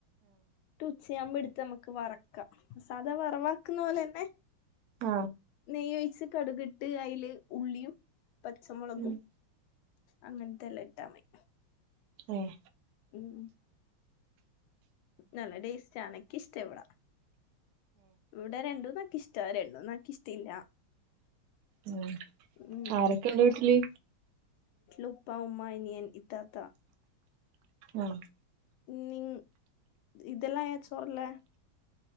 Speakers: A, on the left (about 80°); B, on the right (about 70°).
A: ട്ടു ച്ചയാമ്പോടുത്ത് നമ്മുക്ക് വറക്കാം സാധാ വറവാക്കുന്ന പോലെന്നെ
B: ക്ക.
A: നെയ്യ് ഒയിച്ച് കടുകിട്ട് അയില് ഉള്ളിയും പച്ചമുളകും
B: ഏ
A: അങ്ങനത്തെ എല്ലാം ഇട്ടാ മയി.
B: ഏഹ്.
A: ഉം നല്ല ടേസ്റ്റ അനക്ക് ഇഷ്ട ഇവിടാ. ഇവിടെ രണ്ടൂന്ന് എനിക്കിഷ്ട്ട രണ്ടൂന്ന് എനിക്കിഷ്ട്ടല്ല.
B: ഉം
A: ഉം
B: ആരൊക്കെ ഇണ്ട് വീട്ടില്?
A: ഉപ്പ ഉമ്മ അനിയൻ ഇത്താത്ത.
B: ആഹ്.
A: നി ഇതെല്ലാം ആയ ചോറല്ലേ.